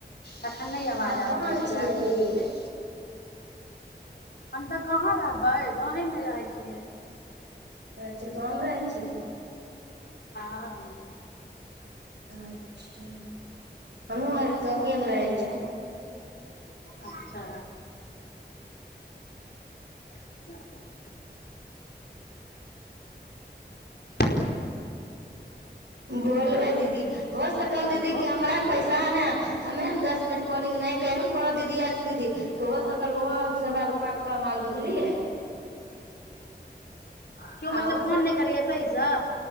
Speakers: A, on the left; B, on the right.
A: तखन नहि आवाज
B: अहाँ
A: आबै
B: कहाँ आयल
A: छलै
B: छियै अभी
A: देख हम तऽ कहाँ रहबै गाँवेमे रहै छियै
B: अचछा गाँवमे रहै छियै।
A: हँ
B: अच्छा हमहु आरक गाउए मे रहै छु
A: अच्छा आ
B: बोलबय दीदी हो सकल
A: हेलो
B: दीदी क हमरा के पैसा हैने हमेन दस मिनट कॉल, हु कोनो दीदी आर दीदी तऽ हो सकल ओहो हमरा रूपा कम आल बुझलियै,
A: केओ
B: आ,
A: मतलब
B: हो सक
A: फोन नहि करैए सहीसँ